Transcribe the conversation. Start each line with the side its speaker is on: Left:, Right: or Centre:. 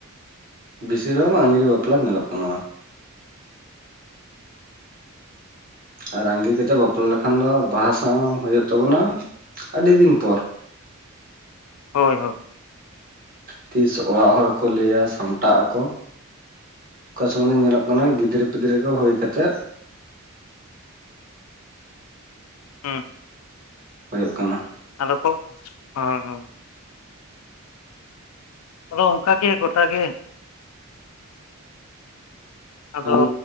Right: ᱵᱮᱥᱤᱨ ᱵᱷᱟᱜᱽ ᱢᱟ ᱟᱸᱜᱤᱨ ᱵᱟᱯᱞᱟ ᱧᱮᱞᱚᱜ ᱠᱟᱱᱟ ᱾ ᱟᱨ ᱟᱸᱜᱤᱨ ᱠᱟᱛᱮᱜ ᱵᱟᱯᱞᱟ ᱞᱮᱠᱷᱟᱱ ᱫᱚ ᱵᱟᱦᱟ ᱥᱟᱶᱟ ᱦᱩᱭᱩᱜ ᱛᱟᱵᱚᱱᱟ ᱟᱹᱰᱤ ᱫᱤᱱ ᱯᱚᱨ ᱾
Left: ᱦᱳᱭ ᱦᱳᱭ ᱾
Right: ᱛᱤᱥ ᱚᱲᱟᱜ ᱦᱚᱲ ᱠᱚ ᱞᱟᱹᱭᱟ ᱥᱟᱢᱴᱟᱜ ᱟᱠᱚ ᱾ ᱚᱠᱟ ᱥᱚᱢᱚᱭ ᱫᱚ ᱧᱮᱞᱚᱜ ᱠᱟᱱᱟ ᱜᱤᱫᱽᱨᱟᱹ ᱯᱤᱫᱽᱨᱟᱹ ᱠᱚ ᱦᱩᱭ ᱠᱟᱛᱮᱜ ᱾
Left: ᱦᱩᱸ ᱾
Right: ᱦᱳᱭᱳᱜ ᱠᱟᱱᱟ ᱾
Left: ᱟᱫᱚ ᱠᱚ ᱦᱟᱸ ᱦᱟᱸ ᱟᱫᱚ ᱚᱱᱠᱟ ᱜᱮ ᱜᱚᱴᱟ ᱜᱮ ᱾ ᱟᱫᱚ
Right: ᱟᱱ